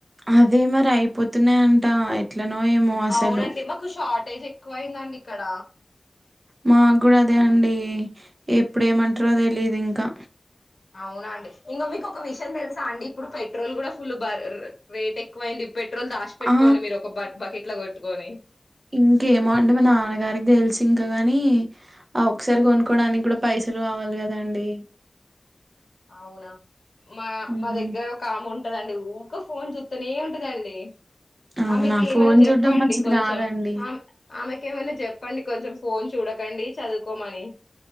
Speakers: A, on the right; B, on the left.
A: అదే మరి అయిపోతున్నాయంట ఎట్లనో ఏమో అసలు
B: అవునండి మాకు షార్టేజ్ ఎక్కువ అయిందండి ఇక్కడ
A: మాగు అదే అండి ఎప్పుడ ఏమంటారో తెలీదు ఇంకా
B: అవున అండి ఇంకా మీకు ఒక విషయం తెలుసా అండి ఇప్పుడు పెట్రోల్ కూడా ఫుల్ బర్ రేట్ ఎక్కువైంది పెట్రోల్ దాసి పెట్టుకోండి
A: ఆ
B: మీరు ఒక బకెట్ లో కొట్టుకొని
A: ఇంకేమో అంటే మా నాన్నగారికి తెలిసు ఇంకా కాని ఆ ఒకసారి కొనుక్కోడానికి కూడా పైస <unintelligible> కావాలి కదండి
B: అవునా మా
A: ఉమ్
B: మా దగ్గర ఒకాముంట ఉంటదండి ఊక ఫోన్ చూస్తూనే ఉంటదండి
A: అవునా
B: ఆమెకి ఏమైనా
A: ఫోన్
B: చెప్పండి
A: చూడ్డం మంచిది
B: కొంచెం
A: కాదండి
B: ఆమె ఆమెకి ఏమన్నా చెప్ప చెప్పండి కొంచెం ఫోన్ చూడకండి చదువుకోమని